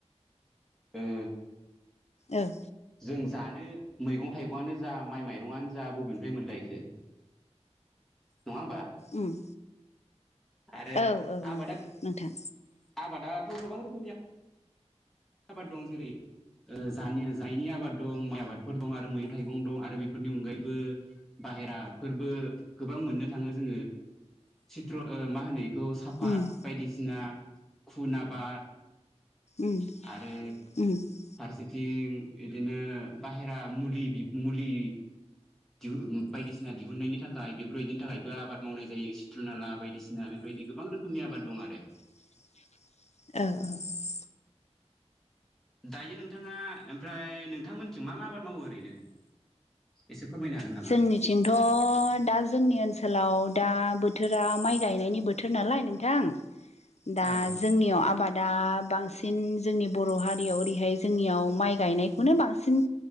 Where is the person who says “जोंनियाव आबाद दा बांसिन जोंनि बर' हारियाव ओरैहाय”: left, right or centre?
Left